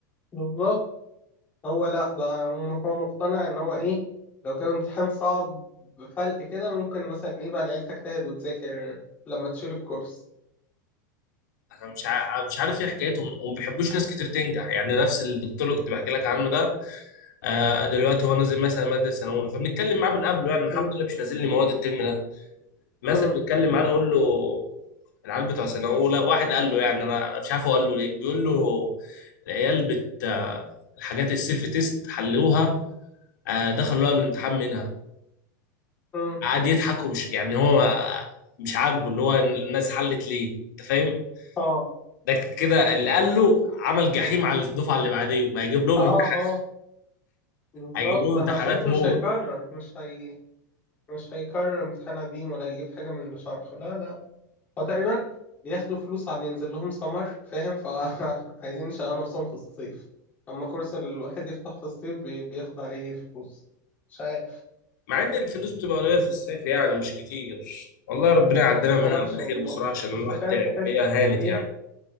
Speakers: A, on the left; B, on the left.
A: بالظبط هو لا بقى هو مقتنع ان هو ايه لو جاب امتحان صعب بفلق كده ممكن مثلا ايه بقى العيال تجتهد وتذاكر لما تشيل الكورس
B: انا مش ع... مش عارف ايه حكايتهم وما بيحبوش ناس كتير تنجح يعني نفس الدكتور اللي كنت بحكي لك عنه ده آه دلوقتي هو نازل مثلا ماده سنه اولى فبنتكلم معاه من قبله يعني الحمد
A: مم،
B: لله مش نازل لي مواد الترم ده مثلا
A: مم،
B: بيتكلم معاه نقول له العيال بتوع سنه اولى واحد قال له يعني انا مش عارف هو قال له ليه بيقول له العيال بت الحاجات السيلف تيست حلوها آه، دخلوا لقوا الامتحان منها
A: مم.
B: قعد يضحك ومش يعني هو مش عاجبه اللي هو الناس حلت ليه انت فاهم
A: اه
B: ده كده اللي قال له عمل جحيم على الدفعه اللي بعديهم هيجيب لهم
A: اه
B: امتحان
A: اه بالظبط
B: هيجيب لهم امتحانات
A: ه- خلاص مش
B: موت
A: هيكرر مش هي مش هيكرر امتحان قديم ولا يجيب حاجة من اللي شرحه لا لا هو تقريبا بياخدوا فلوس على اللي ينزل لهم سمر فاهم فعايزين <laughs> يشغلوا نفسهم في الصيف اما كورس الواحد يفتح في الصيف بي- بياخد عليه فلوس مش عارف
B: مع ان الفلوس بتبقى قليله في الصيف يعني مش كتير والله ربنا يعدينا منها
A: معرفش
B: على
A: والله
B: خير بصراحه عشان الواحد
A: بس فاهم
B: تعب
A: تحس
B: هي هانت
A: ايه
B: يعني